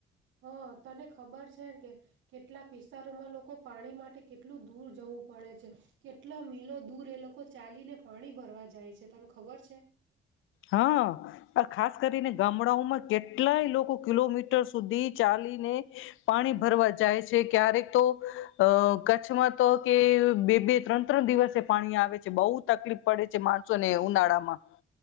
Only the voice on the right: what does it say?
હા, તને ખબર છે કે કેટલાક વિસ્તારોમાં લોકો પાણી માટે કેટલું દૂર જવું પડે છે? કેટલો મિલો દૂર એ લોકો ચાલીને પાણી ભરવા જાય છે, તને ખબર છે?